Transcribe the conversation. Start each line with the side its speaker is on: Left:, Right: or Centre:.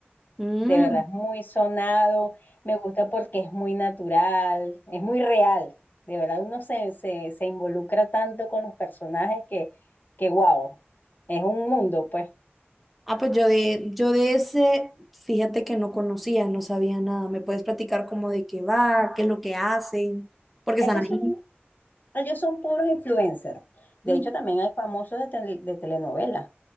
Centre: Mm,
Left: De verdad, es muy sonado, me gusta porque es muy natural, es muy real. De verdad, uno se, se, se involucra tanto con los personajes que, que wow, es un mundo, pues.
Centre: Ah, pues yo de, yo de ese, fíjate que no conocía, no sabía nada. ¿Me puedes platicar como de qué va, qué es lo que hacen? Porque
Left: Eso
Centre: están ahí.
Left: es un Ellos son puros influencers.
Centre: Ujú.
Left: De hecho, también hay famosos de, tel- de telenovelas.